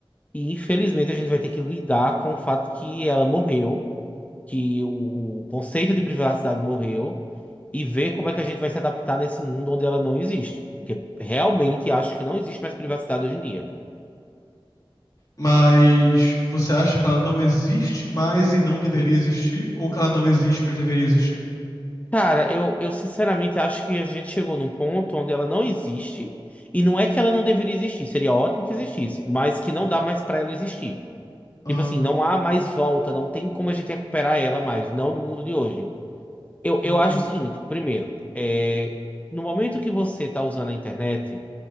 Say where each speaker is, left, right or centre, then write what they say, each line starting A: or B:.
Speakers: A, on the left (about 15°); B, on the left (about 40°).
A: e infelizmente a gente vai ter que lidar com o fato que ela morreu, que o conceito de privacidade morreu, e ver como é que a gente vai se adaptar nesse mundo onde ela não existe. Porque realmente acho que não existe mais privacidade hoje em dia.
B: Mas você acha que ela não existe mais e não deveria existir? Ou que ela não existe, mas deveria existir?
A: Cara, eu, eu sinceramente acho que a gente chegou num ponto onde ela não existe. E não é que ela não deveria existir, seria ótimo que existisse, mas que não dá mais pra ela existir.
B: Aham,
A: Tipo assim, não há mais volta, não tem como a gente recuperar ela mais, não no mundo de hoje. Eu,
B: entendi.
A: eu acho o seguinte: primeiro, é, no momento que você tá usando a internet,